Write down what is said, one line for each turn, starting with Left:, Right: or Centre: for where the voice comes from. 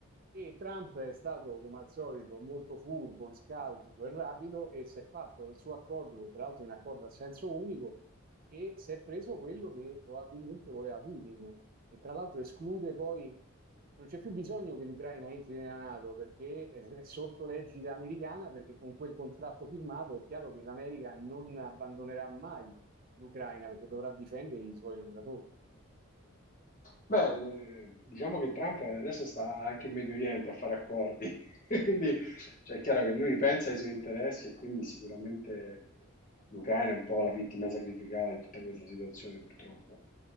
Right: E Trump è stato, come al solito, molto furbo, e scaltro e rapido e si è fatto il suo accordo, che tra l'altro è un accordo a senso unico, e si è preso quello che probabilmente voleva Putin, e tra l'altro esclude poi, non c'è più bisogno che l'Ucraina entri nella Nato perché è sotto l'egida americana, perché con quel contratto firmato è chiaro che l'America non abbandonerà mai l'Ucraina perché dovrà difendere i suoi lavoratori.
Left: Beh, eh, diciamo che Trump adesso sta anche in Medio Oriente a fare accordi, <laughs> quindi cioè, è chiaro che lui pensa ai suoi interessi e quindi sicuramente l'Ucraina è un po' la vittima sacrificale di tutta questa situazione purtroppo.